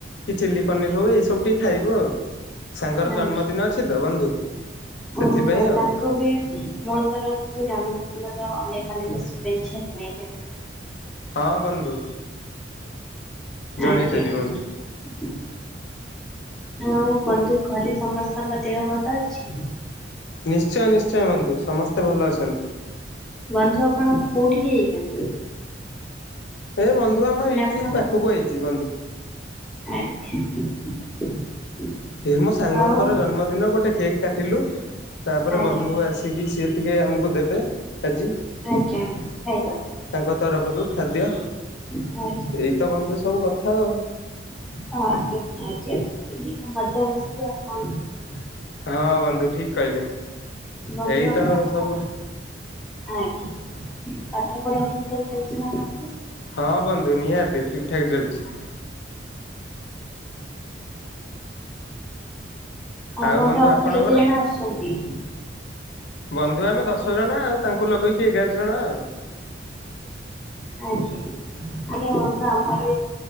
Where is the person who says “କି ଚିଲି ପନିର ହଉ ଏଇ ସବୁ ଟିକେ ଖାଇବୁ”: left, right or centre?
Left